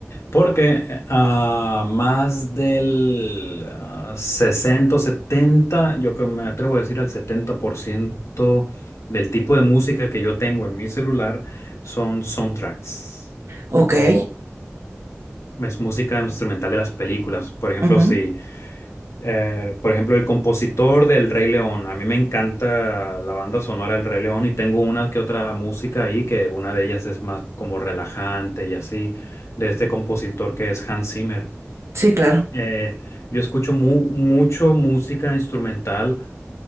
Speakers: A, on the left (about 75°); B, on the right (about 70°).
A: Porque ah, más del ah, 60 o 70, yo creo me atrevo a decir al 70% del tipo de música que yo tengo en mi celular son soundtracks
B: Ok.
A: o Es música instrumental de las películas. Por ejemplo,
B: Ujú.
A: si, eh, por ejemplo, el compositor del Rey León. A mí me encanta la banda sonora del Rey León y tengo una que otra música ahí, que una de ellas es más como relajante y así, de este compositor que es Hans Zimmer.
B: Sí, claro.
A: Eh, yo escucho mu- mucho música instrumental